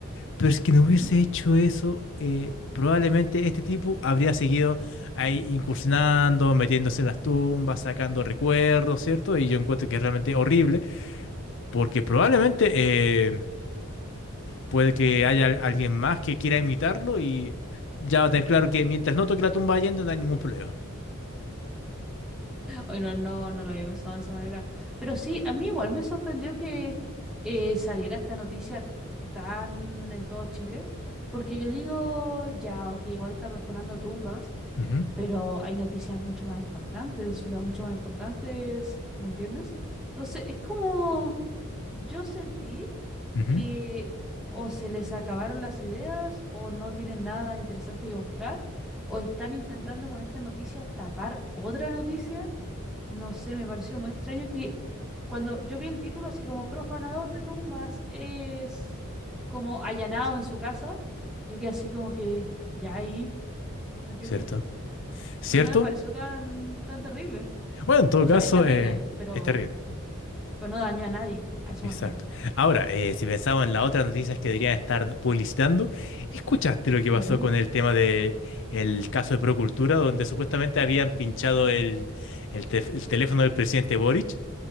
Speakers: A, on the left; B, in the centre.
A: Pero es que no
B: Ujú.
A: hubiese hecho eso, eh, probablemente este tipo habría seguido ahí incursionando, metiéndose en las tumbas, sacando recuerdos, ¿cierto? Y yo encuentro que es realmente horrible, porque probablemente eh, puede que haya al- alguien más que quiera imitarlo y ya va a tener claro que mientras no toque la tumba yendo no hay ningún problema.
B: Hoy no, no, no lo había pensado de esa manera. Pero sí, a mí igual me sorprendió que eh, saliera esta noticia tan en todo Chile, porque yo digo, ya, ok, igual está perforando tumbas,
A: Ujú,
B: pero hay noticias mucho más impactantes, o sea, mucho más importantes, ¿me entiendes? Entonces, es como yo sentí.
A: ujú,
B: que o se les acabaron las ideas o no tienen nada interesante que mostrar o están intentando con esta noticia tapar otra noticia. No sé, me pareció muy extraño que cuando yo vi el título así como profanador de tumbas es como allanado en su casa, yo quedé así como que ya ahí, ¿me entiendes?
A: ¿Cierto? ¿Cierto?
B: No, no me pareció tan tan terrible.
A: Bueno, en todo
B: O
A: caso,
B: sea, es terrible,
A: eh,
B: pero
A: es terrible.
B: pero no dañó a nadie, a eso
A: Exacto.
B: me refiero.
A: Ahora, eh, si pensamos en las otras noticias que deberían estar publicitando, ¿escuchaste lo que pasó
B: Ujú,
A: con el tema de el caso de Procultura, donde supuestamente habían pinchado el, el tef- el teléfono del presidente Boric